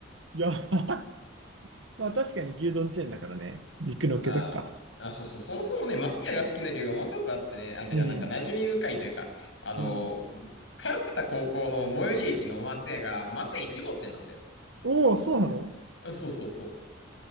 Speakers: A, on the right; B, on the left.
A: いやば、<laughs> まあ確かに牛丼チェーンだからね。肉乗っけとくか。
B: あー、あ、そうそう。そもそもね、松屋が好きな理由がもう一つあってね。あ、てか、
A: うん。
B: なんか馴染み深いというか、あの、
A: うん。
B: 通ってた高校の最寄り駅の松屋が、松屋1号店なんだよ。
A: おお、そうなの
B: あそうそうそ